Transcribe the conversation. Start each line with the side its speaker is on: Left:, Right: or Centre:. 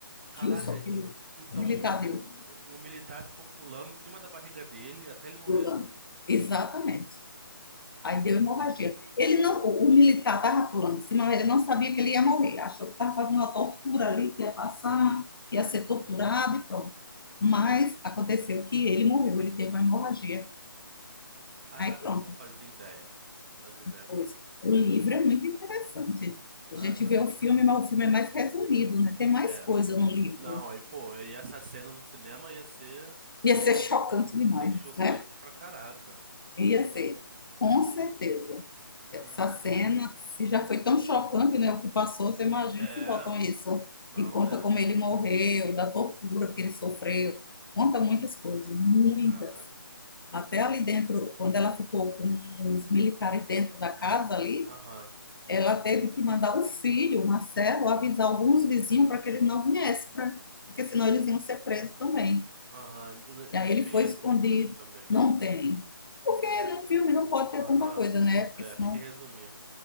Right: Caraca,
Left: que o, so-
Right: e-
Left: que o
Right: então
Left: militar
Right: o,
Left: deu.
Right: o, o militar ficou pulando em cima da barriga dele até ele morrer.
Left: Pulando. Exatamente. Aí deu hemorragia. Ele não, o militar estava pulando em cima, mas ele não sabia que ele ia morrer. Achou que estava fazendo uma tortura ali, que ia passar, que ia ser torturado e pronto. Mas aconteceu que ele morreu, ele teve uma hemorragia.
Right: Caraca,
Left: Aí pronto.
Right: não fazia ideia. Não fazia ideia
Left: Pois,
Right: mesmo.
Left: o livro é muito interessante.
Right: Caraca.
Left: A gente vê o filme, mas o filme é mais resumido, né? Tem mais
Right: É, assim.
Left: coisa no livro.
Right: Não, aí, pô, aí essa cena no cinema ia ser,
Left: Ia ser chocante demais,
Right: ia ser chocante
Left: né?
Right: pra caraca.
Left: Ia ser, com certeza.
Right: Caraca.
Left: Essa cena, se já foi tão chocante, né, o que passou, você imagina
Right: É,
Left: se botam isso
Right: não,
Left: e conta
Right: é.
Left: como ele morreu, da
Right: Aham.
Left: tortura que ele sofreu, conta muitas coisas, muitas.
Right: Caraca.
Left: Até
Right: E,
Left: ali dentro, quando ela ficou com os militares dentro da casa ali,
Right: aham,
Left: ela teve que mandar o filho, o Marcelo, avisar alguns vizinhos para que ele não viesse, pra, porque senão eles iam ser presos também.
Right: aham. E n-
Left: E
Right: não
Left: aí ele
Right: tinha
Left: foi escondido,
Right: isso no filme também.
Left: não tem. Porque no filme não pode ter
Right: Aham.
Left: tanta coisa, né? Porque
Right: É,
Left: senão
Right: tem que resumir.